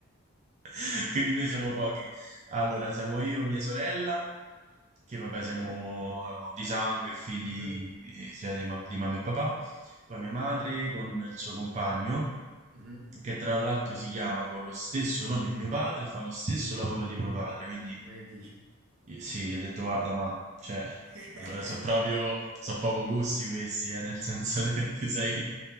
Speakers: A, on the right; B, on the right.
A: <laughs> Quindi noi siamo pochi. Allora, siamo io, mia sorella che vabbè siamo
B: mm,
A: no, di sangue, figli
B: mhm,
A: eh, sia di, ma- di mamma e papà, poi mia madre con il suo compagno,
B: mhm.
A: che tra l'altro si chiama con lo stesso nome di mio padre e fa lo stesso lavoro di mio padre, quindi
B: Ma che dici?
A: eh, sì, gli ho detto guarda ma, cioè,
B: <laughs>
A: allora so proprio, so proprio gusti questi, eh, nel senso che <laughs> ti sei,